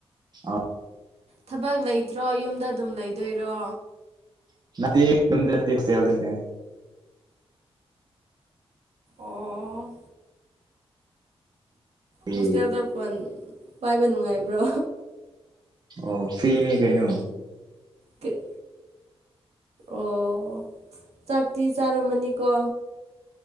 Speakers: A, on the right; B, on the right.
A: ꯑꯣ
B: ꯊꯕꯛ ꯂꯩꯇ꯭ꯔꯣ ꯌꯨꯝꯗ ꯑꯗꯨꯝ ꯂꯩꯗꯣꯏꯔꯣ꯫
A: <unintelligible>
B: ꯑꯣ꯫
A: ꯑꯦ
B: ꯍꯣꯁꯇꯦꯜꯗ ꯐꯣꯟ ꯄꯥꯏꯕ ꯅꯨꯡꯉꯥꯏꯕ꯭ꯔꯣ꯫
A: ꯑꯣ ꯐꯤꯅꯦ ꯀꯩꯅꯣ꯫
B: ꯀꯩ꯫ ꯑꯣ ꯆꯥꯛꯇꯤ ꯆꯥꯔꯝꯃꯅꯤꯀꯣ꯫